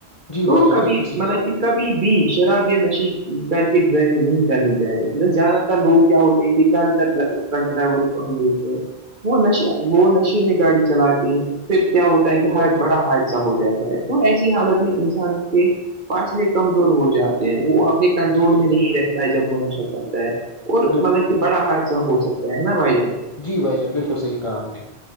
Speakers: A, on the left; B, on the right.
A: جی بھائی
B: تو
A: جان
B: کبھی
A: بالکل صحیح
B: مطلب
A: کہا
B: کہ کبھی بھی شراب یا نشے کر کے ڈرائیونگ نہیں کرنی چاہے زیادہ تر
A: جی
B: لوگ کیا ہوتے ہیں کہ زیادہ تر ٹک ڈرائیور کو ہم دیکھتے ہیں وہش وہ نشے میں گاڑی چلاتے ہیں پھر کیا ہوتا ہے
A: جی
B: کہ
A: بھائی
B: ہر
A: جان
B: بڑا حادثہ ہو جاتا ہے تو ایسی حالت میں انسان کے فاصلے کمزور ہو جاتے ہیں وہ آپ نے کنٹرول
A: بالکل
B: میں
A: صحیح
B: نہیں
A: کہا
B: رہتا ہے جب وہ نشہ کرتا ہے اور
A: بالکل
B: مطلب
A: صحیح
B: کہ بڑا حادثہ ہو سکتا ہے کہ نا بائی جان
A: جی بھائی جان بالکل صحیح کہا آپ نے